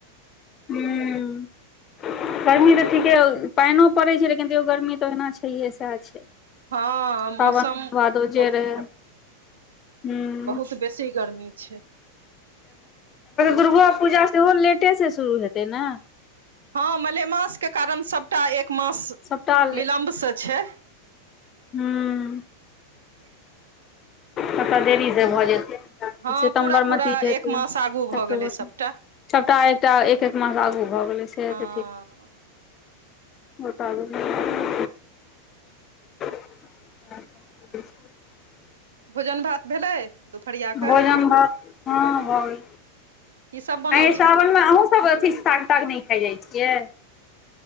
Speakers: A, on the left; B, on the right.
A: हूंम्म गर्मी तऽ ठीके पानियो पड़ैत छै लेकिन तैयो गर्मी तऽ ओहिना छै सहिये सएह छै
B: हँ
A: सावन
B: मौसम
A: भादो
B: बहुतक
A: जे रहै हूँ
B: बहुत बेसी गर्मी छै
A: दुर्गो पूजा सेहो लेटे से शुरू हेतै ने
B: हँ मलेमासके कारण सभटा एक मास
A: सबटा
B: विलम्बसँ छै
A: ह्म
B: <inaudible>
A: कतऽ देरीसँ भऽ जेतै
B: हँ
A: सितम्बरमे
B: पूरा पूरा
A: की जेतै
B: एक मास आगू भऽ
A: अक्टूबरमे
B: गेलै सभटा
A: सभटा एकटा एक एक मांह आगू भऽ गेलै सेहो
B: हँ
A: तऽ ठीक मुताबिक <unintelligible> <inaudible>
B: भोजन भात भेलै दुपहरिया के
A: भोजन भात हँ भऽ गेल
B: की सब बनल
A: ऐं यै
B: छलै
A: सावनमे अहूँ सब अथी साग ताग नहि खाय जाय छियै